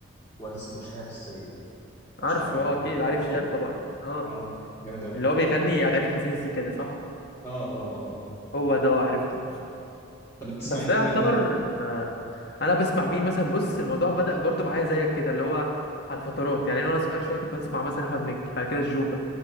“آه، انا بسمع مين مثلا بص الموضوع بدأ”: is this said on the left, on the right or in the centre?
Left